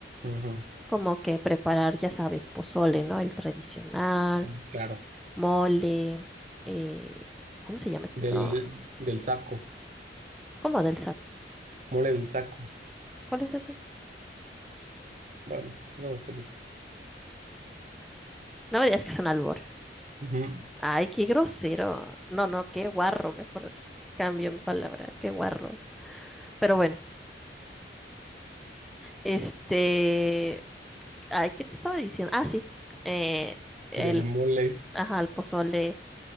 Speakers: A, on the right (about 45°); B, in the centre.
A: Ujú,
B: como que preparar, ya sabes, pozole, ¿no? El tradicional
A: mm, Claro.
B: mole, eh, ¿cómo se llama este
A: Del,
B: otro?
A: del saco,
B: ¿Cómo del saco?
A: mole del saco.
B: ¿Cuál es ese?
A: Bueno, luego te digo.
B: No me digas que es un albur.
A: Ujú,
B: Ay, qué grosero. No, no, qué guarro, mejor cambio en palabra, qué guarro. Pero bueno, este, ay, ¿qué te estaba diciendo? Ah, sí, eh, el,
A: Del mole.
B: ajá, el pozole